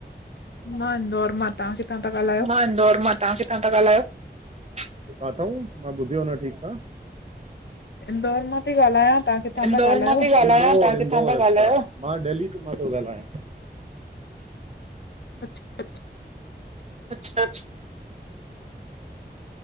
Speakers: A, on the left (about 75°); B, on the right (about 40°).
A: मां इंदौर मां तां किथां? था ॻाल्हायो?
B: मां इन्दौर मां, तव्हां किथां ता ॻाल्हयो? काथाऊ मां ॿुधियो न ठीक सां।
A: इंदौर मां थी ॻाल्हायां तव्हां किथां
B: इंदौर
A: था ॻाल्हायो?
B: मां थी ॻाल्हायां किथां ता ॻाल्हायो? मां डेल्ही मां थो ॻाल्हायां।
A: अच्छा
B: अच्छा अच्छा